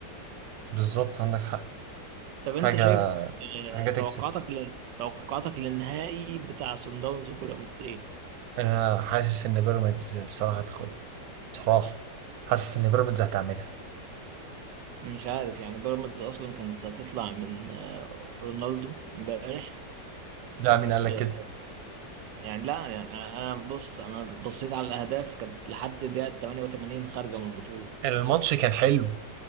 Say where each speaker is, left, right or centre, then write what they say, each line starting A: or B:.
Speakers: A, on the right (about 65°); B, on the right (about 85°).
A: بالظبط عندك حق
B: طب
A: حاجة
B: انت شايف آه،
A: حاجة تكسف
B: توقعاتك ل... توقعاتك للنهائي بتاع صن داونز وبيراميدز ايه؟
A: أنا حاسس إن بيراميدز الصراحة هتاخدها بصراحة حاسس إن بيراميدز هتعملها
B: مش عارف يعني بيراميدز اصلا كانت هتطلع من آه، رونالدو امبارح
A: لا مين قال
B: آه،
A: لك كده
B: يعني لا يعني انا أنا بص انا بصيت على الاهداف كانت لحد دقيقه 88 خارجه من البطوله
A: الماتش كان حلو